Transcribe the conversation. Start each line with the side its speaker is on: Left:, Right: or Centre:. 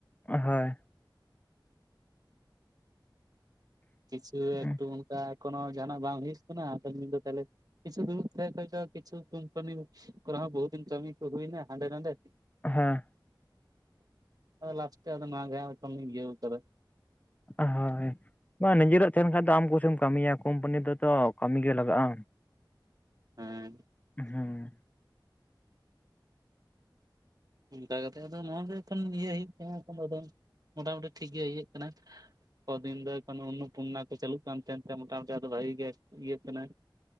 Left: ᱚᱦᱳᱭ
Right: ᱠᱤᱪᱷᱩ
Left: ᱦᱮᱸ,
Right: ᱮᱠᱴᱩ ᱚᱱᱠᱟ ᱠᱳᱱᱳ ᱡᱟᱦᱟᱱᱟᱜ ᱵᱟᱝ ᱦᱩᱭᱩᱜ ᱠᱟᱱᱟ ᱟᱫᱚ ᱱᱮᱛ ᱫᱚ ᱛᱟᱦᱞᱮ ᱠᱤᱪᱷᱩ ᱫᱩᱲᱵ ᱛᱟᱦᱮᱸ ᱠᱷᱚᱡᱽ ᱫᱚ ᱠᱤᱪᱷᱩ ᱠᱚᱢᱯᱟᱱᱤ ᱠᱚᱨᱮ ᱦᱚᱸ ᱵᱚᱦᱩ ᱫᱤᱱ ᱠᱟᱢᱤ ᱠᱚ ᱦᱩᱭᱮᱱᱟ ᱦᱟᱸᱰᱮ ᱱᱟᱸᱰᱮ
Left: ᱦᱮᱸ
Right: ᱞᱟᱥᱴᱮ ᱟᱫᱚ ᱱᱚᱣᱟᱜᱮ ᱮᱠᱷᱚᱱ ᱞᱤᱧ ᱤᱭᱟᱹᱣ ᱠᱟᱫᱟ
Left: ᱦᱳᱭ ᱵᱟᱸ ᱱᱤᱡᱮᱨᱟᱜ ᱛᱟᱦᱮᱱ ᱠᱷᱟᱱ ᱫᱚ ᱟᱢ ᱠᱩᱥᱤᱢ ᱠᱟᱹᱢᱤᱭᱟ ᱠᱳᱢᱯᱟᱱᱤ ᱫᱚᱛᱚ ᱠᱟᱹᱢᱤ ᱜᱮ ᱞᱟᱜᱟ ᱼᱟ
Right: ᱦᱮᱸ
Left: ᱦᱩᱸ
Right: ᱚᱱᱠᱟ ᱠᱟᱛᱮ ᱟᱫᱚ ᱱᱚᱜᱼᱚᱭ ᱮᱠᱷᱚᱱ ᱤᱭᱟᱹ ᱦᱩᱭᱩᱜ ᱠᱟᱱᱟ ᱟᱫᱚ ᱢᱳᱴᱟᱢᱩᱴᱤ ᱴᱷᱤᱠ ᱜᱮ ᱤᱭᱟᱹᱜ ᱠᱟᱱᱟ ᱠᱚᱫᱤᱱ ᱫᱚ ᱮᱠᱷᱮᱱ ᱚᱱᱱᱚᱯᱩᱱᱱᱟ ᱠᱚ ᱪᱟᱹᱞᱩᱜ ᱠᱟᱱ ᱛᱮᱱ ᱛᱮ ᱢᱚᱴᱟᱢᱩᱴᱤ ᱵᱷᱟᱹᱜᱤ ᱜᱮ ᱤᱭᱟᱹ ᱠᱟᱱᱟ